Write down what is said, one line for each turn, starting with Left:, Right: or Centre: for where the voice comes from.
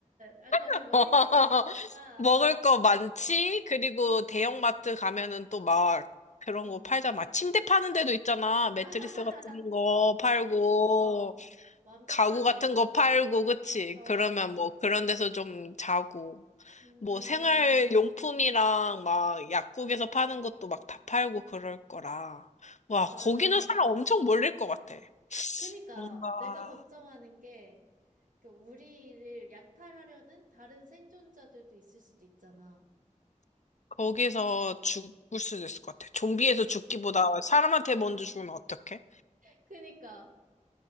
Right: 아, 거기
Left: <laughs>
Right: 먹을 게 많으니까.
Left: 먹을 거 많지?
Right: 어,
Left: 그리고 대형마트 가면은 또 막 그런
Right: 음.
Left: 거 팔잖아. 막 침대 파는 데도 있잖아. 매트리스
Right: <laughs>
Left: 같은 거 팔고,
Right: 어, 완벽하네.
Left: 가구 같은 거 팔고, 그치?
Right: 어, 어.
Left: 그러면 뭐 그런 데서 좀 자고.
Right: 음,
Left: 뭐 생활용품이랑 막 약국에서 파는 것도 막 다 팔고 그럴 거라. 와,
Right: 맞아,
Left: 거기는
Right: 맞아.
Left: 사람 엄청 몰릴 것 같아.
Right: 그니까
Left: 뭔가
Right: 내가 걱정하는 게, 그 우리를 약탈하려는 다른 생존자들도 있을 수도 있잖아.
Left: 거기서 죽을 수도 있을 것 같아. 좀비에서 죽기보다 사람한테 먼저
Right: 어.
Left: 죽으면 어떡해?
Right: 그니까,